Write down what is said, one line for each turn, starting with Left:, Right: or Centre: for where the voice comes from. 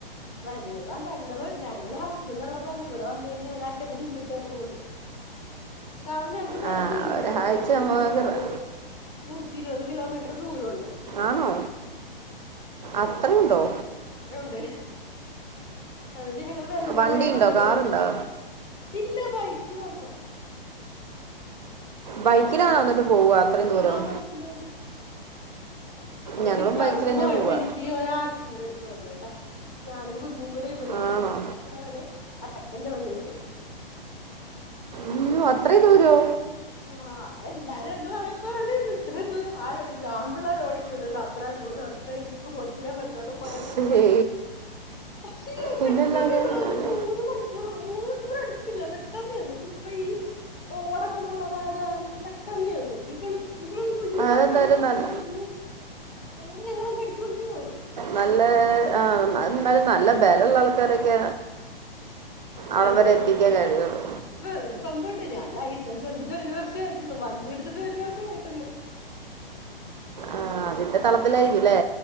Left: വരൊള്ളു അഹ് ഞങ്ങള് ഞങ്ങള് ഹസ്ബൻന്റൊള്ളപ്പന്ന ഇവിടെ വന്ന് കഴിഞ്ഞ് ഒരാ ഴ്‌ച്ചേക്ക നിന്നിട്ടേ പോവുള്ളൂ കാരണം ഞ ക്ക്‌ നല്ല
Right: ആ,
Left: ദൂരോണ്ട്
Right: ഒരാഴ്ച
Left: ഒരു
Right: നമുക്ക്
Left: നൂറ്
Right: റ-
Left: നൂറ്റി ഇരുപത് കിലോമീറ്റർ ദൂരോണ്ട്.
Right: ആണോ അത്രേയുണ്ടോ
Left: അത്രേം ഉണ്ട് അതോണ്ട് ഞങ്ങള് വല്ലപ്പോഴേ
Right: വണ്ടി ഉണ്ടോ
Left: വരോള്ളു
Right: കാറുണ്ടോ
Left: ഇല്ല ബൈക്കി മാത്രം.
Right: ബൈക്കിലാണോ
Left: ഞങ്ങള് ബൈക്കില്
Right: എന്നിട്ട് പോവുക അത്രയും ദൂരം
Left: ആഹ് ബൈക്കില് വരും അതോണ്ട്
Right: ഞങ്ങളും
Left: ഇപ്രാവശ്യം
Right: ബൈക്കിൽ തന്നെ
Left: പോയപ്പോ
Right: പോവുക
Left: എനിക്ക് ഈ ഒര് ആക്റ്റീവ എടുത്തു തന്നൂട്ടാ ഞാനും കുഞ്ഞും കൂടെ ഇവിടന്ന്
Right: ആണോ
Left: അ വിടെ വരെ <unintelligible> എന്റെ വണ്ടീ പോയി.
Right: അയ്യോ അത്രേ ദൂരോ.
Left: ആഹ് അവരെല്ലാരും എന്നെ വഴക്ക്‌ പറഞ്ഞിരുന്നു ഇത്രേം ദൂരം ആരോടിക്കും ആൺ പിള്ളേര് ഓടിക്കൂല്ലല്ലോ അത്രയും ദൂരോ റ്റ ഇരിപ്പ് കൊച്ചിനേം വെച്ചോണ്ട് പോയന്നെക്കെ
Right: ശരി
Left: പറഞ്ഞു പക്ഷേല്ലേ
Right: പിന്നല്ലാതെ
Left: പെട്ടന്ന് ഞങ്ങള്
Right: അത്
Left: ഒരു മൂന്ന് മണി <unintelligible> മൂന്നു മണിക്കൂറെടുത്തില്ല പെട്ടെന്ന് ചെന്ന് ശെ ഇപ്പ ഈ റോഡ ക്കെ നല്ലതായത് കാരണം പെട്ടെന്ന് ചെന്ന് ഈ വെളു ഈ വെളു കുഞ്ഞ്
Right: അതെന്തായാലും
Left: വർത്താനം പറഞ്ഞക്കെ
Right: നല്ല
Left: ഇരുന്ന് അങ്ങനെ ഞങ്ങളങ്ങ് അടിച്ചു പൊളിച്ചു പോയി
Right: നല്ലേ ആഹ് എന്നാലും എന്നാലും നല്ല ബലൊള്ള ആൾക്കാരൊക്കെ അവ്ടെം
Left: അതെ
Right: വരെ എത്തിക്കാൻ കഴിഞ്ഞൊള്ളു
Left: അല്ല വേറൊരു സംഭവോണ്ടേ ഞാൻ ലൈസൻസ് എടുത്തിട്ട് ഒരു വർഷേ ആയിട്ടുള്ളു വണ്ടി എടുത്തിട്ട് ഒരു വർഷേ ആയിട്ടുള്ളു.
Right: ആഹ് അതിന്റെ തെളപ്പിലായിരിക്കുല്ലേ